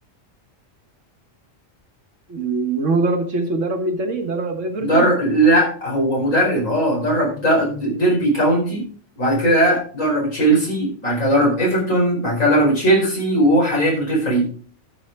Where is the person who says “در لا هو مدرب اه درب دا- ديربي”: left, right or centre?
Left